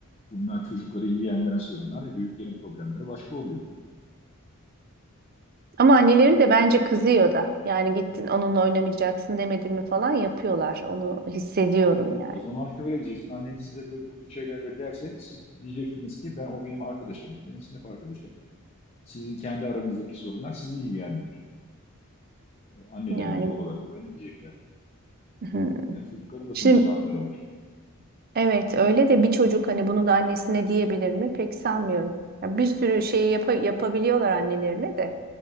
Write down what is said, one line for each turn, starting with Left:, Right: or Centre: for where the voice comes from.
Left: bunlar çocukları iyi yendiren sorunlar, büyüklerin problemleri başka oluyor.
Right: Ama anneleri de bence kızıyor da. Yani gittin onunla oynamayacaksın demedim mi falan yapıyorlar. Onu hissediyorum yani.
Left: O zaman şöyle diyeceksin. Anneniz size böyle, bu tür şeyler derse siz diyeceksiniz ki ben o benim arkadaşım, benim sınıf arkadaşım. Sizin kendi aranızdaki sorunlar sizi ilgilendirir. E, Annelerine,
Right: Yani
Left: babalarına böyle diyecekler.
Right: hı.
Left: Yani çocukların da
Right: şimdi
Left: sonuçta hakları var.
Right: evet öyle de bir çocuk hani bunu da annesine diyebilir mi? Pek sanmıyorum. Ya bir sürü şeyi yapa- yapabiliyorlar annelerine de.